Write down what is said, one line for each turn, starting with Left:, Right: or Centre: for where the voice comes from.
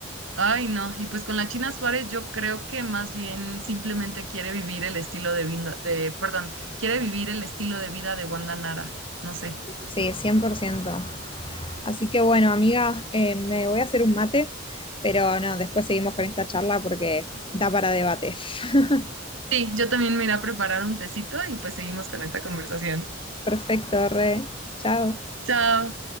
Right: ay, no. Y pues con la China Suárez yo creo que más bien simplemente quiere vivir el estilo de vida, de, perdón, quiere vivir el estilo de vida de Wanda Nara. No sé.
Left: Sí, 100%. Así que bueno, amiga, eh, me voy a hacer un mate, pero no, después seguimos con esta charla porque da para debate. <laughs>
Right: Sí, yo también me iré a preparar un tecito y pues seguimos con esta conversación.
Left: Perfecto, re. Chao.
Right: Chao.